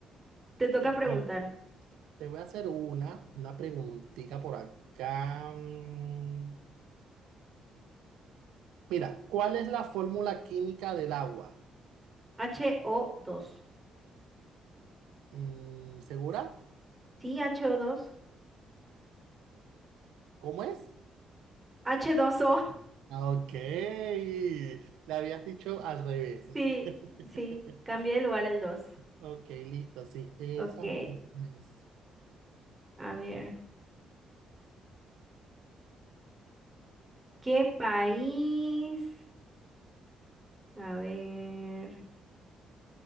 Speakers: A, on the right; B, on the right.
A: Te toca preguntar.
B: Bueno, te voy a hacer una, una preguntita por acá. Mm, Mira, ¿cuál es la fórmula química del agua?
A: H O dos.
B: Mm, ¿Segura?
A: Sí, H O dos.
B: ¿Cómo es?
A: h dos o
B: Ah, Ok, le habías dicho al revés.
A: <laughs> Sí,
B: <laughs>
A: sí. Cambié de lugar el 2.
B: Ok, listo, sí, esa
A: Ok,
B: es.
A: a ver. ¿Qué país? A ver.